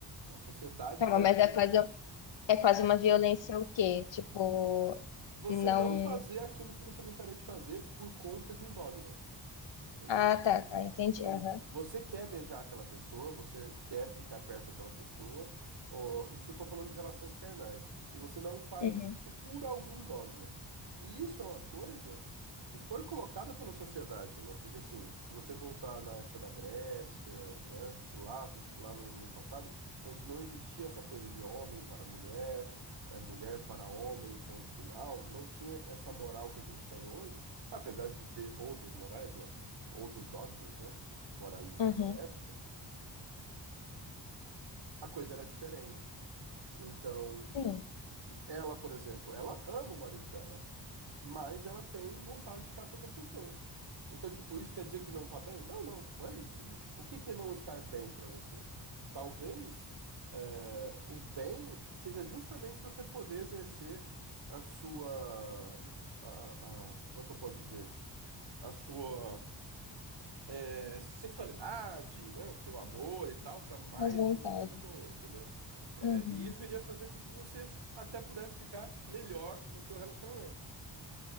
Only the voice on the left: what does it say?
Calma,
mas
é quase, é quase uma violência o quê? Tipo,
não.
Ah, tá, tá, entendi.
Aham.
Uhum.
Uhum.
Sim,
as vontades.
Uhum.